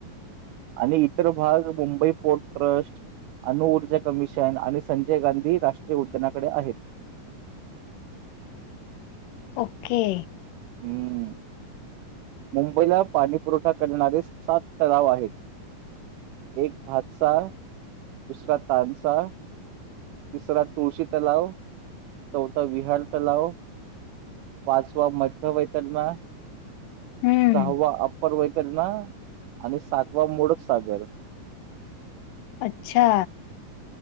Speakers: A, on the right (about 80°); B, on the left (about 80°).
A: आणि इतर भाग मुंबई पोर्ट ट्रस्ट अणुऊर्जा कमिशन आणि संजय गांधी राष्ट्रीय उद्यानाकडे आहेत.
B: ओके.
A: हम्म. मुंबईला पाणी पुरवठा करणारे सात तलाव आहेत. एक भातसा दुसरा तानसा तिसरा तुळशी तलाव चौथा विहार तलाव पाचवा मध्य वैतलमा
B: हम्म
A: सहावा अप्पर वैतलणा आणि सातवा मोडक सागर
B: अच्छा